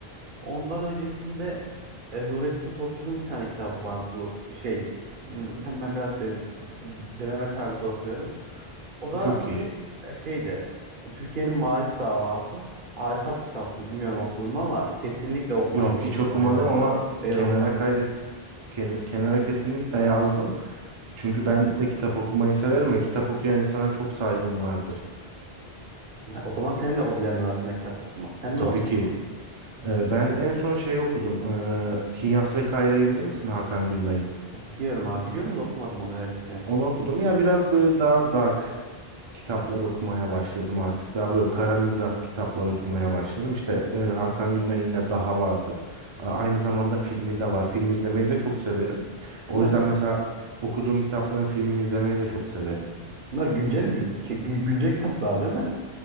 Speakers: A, on the right (about 55°); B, on the right (about 40°).
A: Ondan öncesinde e, Nurettin Topçu'nun bir tane kitabı vardı bu şey. Hmm, Zaten ben biraz de, de- deneme tarzı okuyorum. O da
B: Çok iyi.
A: e, şeydi. Türkiye'nin Maarif Davası. Harika bir kitaptı. Bilmiyorum okudun mu ama kesinlikle okuman
B: Yok
A: gerekiyor
B: hiç okumadım
A: yani.
B: ama
A: Eğer
B: kenara
A: okumadıysan.
B: kaydet ken- kenara kesinlikle yazdım. Çünkü ben de kitap okumayı severim ve kitap okuyan insana çok saygım vardır.
A: O zaman senin de hobilerin arasında kitap okumak. Sen
B: Tabii
A: ne okuyorsun?
B: ki Ee, Ben en son şey okudum. Ee, Kinyas ve Kayra'yı bilir misin Hakan Günday'ın?
A: Biliyorum abi. Biliyorum da okumadım onu. Evet biliyorum.
B: Onu okudum. Ya biraz böyle daha dark kitaplar okumaya başladım artık. Daha böyle kara mizah kitaplar okumaya başladım. İşte e, Hakan Günday'ın yine Daha vardır. A- Aynı zamanda filmi de var. Film izlemeyi de çok severim. O
A: Bunlar
B: yüzden mesela okuduğum kitapların filmini izlemeyi de çok severim.
A: Bunlar güncel bir gü- güncel kitaplar değil mi?